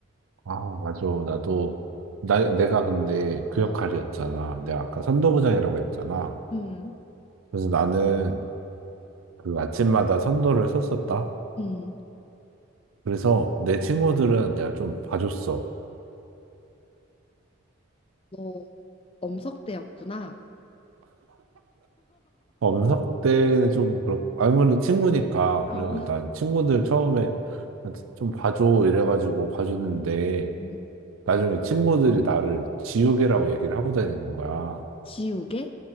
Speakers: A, on the right (about 80°); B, on the left (about 25°).
A: 아, 맞아. 나도, 나, 내가 근데 그 역할이었잖아.
B: 어,
A: 내가 아까 선도부장이라고 했잖아.
B: 음,
A: 그래서 나는 그 아침마다 선도를 썼었다
B: 음.
A: 그래서 내 친구들은 내가 좀 봐줬어.
B: 너 엄석대였구나.
A: 엄석 때는 좀 그렇고, 아무래도 친구니까.
B: 어,
A: 그래서 난 친구들 처음에 좀 봐줘 이래가지고 봐줬는데,
B: 음.
A: 나중에 친구들이 나를 지우개라고 얘기를 하고 다니는 거야.
B: 지우개?